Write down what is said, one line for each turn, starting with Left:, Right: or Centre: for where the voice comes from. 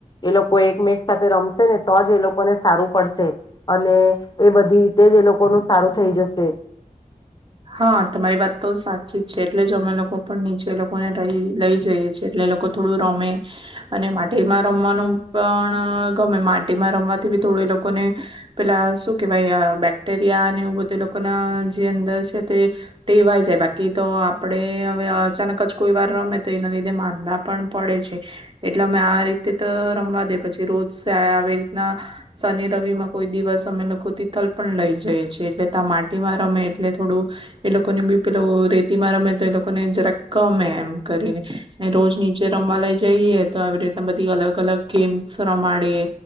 Left: એ લોકો એકમેક સાથે રમશે ને તો જ એ લોકોને સારું પડશે અને એ બધી રીતે જ એ લોકોનું સારું થઈ જશે.
Right: હા તમારી વાત તો સાચી છે. એટલે જ અમે લોકો પણ નીચે એ લોકોને રઈ લઈ જઈએ છીએ એટલે લોકો થોડું રમે અને માટીમાં રમવાનું પણ ગમે માટીમાં રમવાથી બી થોડ એ લોકોને પેલા શું કેહેવાય બેક્ટેરિયા એવું બધા લોકોના જે અંદર છે તે ટેવાય જાય. બાકી તો આપણેે હવે અચાનક જ કોઈ વાર રમે તો એના લીધે માંદા પણ પડે છે એટલે અમે આ રીતે તો રમવા દે પછી રોજ આવી રીતના શનિ રવિ માં કોઈ દિવસ અમે લોકો તિથલ પણ લઈ જઈએ છીએ એટલે ત માટીમાં રમે એટલે થોડું એ લોકોને બી પેલૂ રેતીમાં રમે તો એ લોકોને જરા ગમે એમ કરીને ને રોજ નીચે રમવા લઈ જઈએ તો આવી રીતના બધી અલગ અલગ ગેમ્સ રમાડીએ